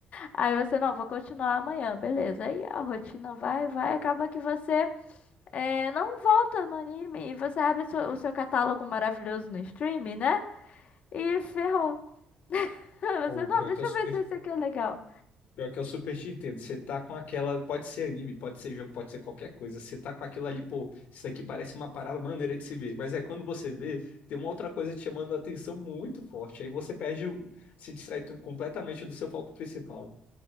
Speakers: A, on the left (about 50°); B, on the left (about 75°).
A: Aí você, não, vou continuar amanhã, beleza. Aí a rotina vai, vai, acaba que você é, não volta no anime e você abre seu- o seu catálogo maravilhoso no streaming, né? E ferrou. <laughs> Você,
B: Ou
A: não,
B: pior
A: deixa
B: que eu super,
A: eu ver se esse aqui é legal.
B: pior que eu super te entendo. Você tá com aquela. Pode ser anime, pode ser jogo, pode ser qualquer coisa. Você tá com aquilo ali, pô, isso daqui parece uma parada maneira de se ver. Mas é quando você vê, tem uma outra coisa te chamando a atenção muito forte. Aí você perde, o- se distrai tu- completamente do seu foco principal.